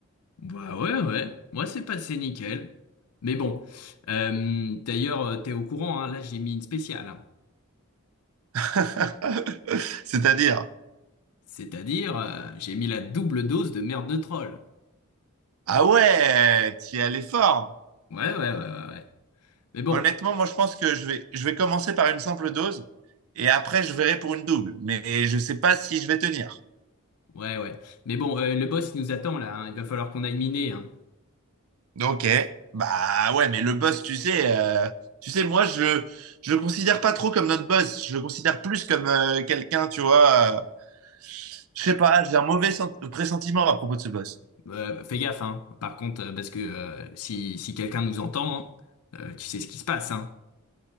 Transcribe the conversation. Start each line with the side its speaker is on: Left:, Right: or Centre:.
Left: Bah ouais, ouais. Moi, c'est passé nickel. Mais bon, euh, d'ailleurs, euh, t'es au courant, hein? Là, j'ai mis une spéciale. hein.
Right: <laughs> C'est-à-dire,
Left: C'est-à-dire, euh, j'ai mis la double dose de merde de troll.
Right: ah ouais, tu es allé fort.
Left: Ouais, ouais, ouais, ouais, ouais. Mais bon,
Right: Honnêtement, moi je pense que je vais, je vais commencer par une simple dose et après je verrai pour une double. Mais je sais pas si je vais tenir.
Left: ouais, ouais. Mais bon, euh, le boss, il nous attend, là, hein. Il va falloir qu'on aille miner, hein.
Right: Ok, bah ouais, mais le boss, tu sais, euh, tu sais, moi je, je le considère pas trop comme notre boss. Je le considère plus comme euh, quelqu'un, tu vois. Je sais pas, j'ai un mauvais sent- pressentiment à propos de ce boss.
Left: Euh, fais gaffe, hein. Par contre, euh, parce que euh, si, si quelqu'un nous entend, hein, euh, tu sais ce qui se passe, hein.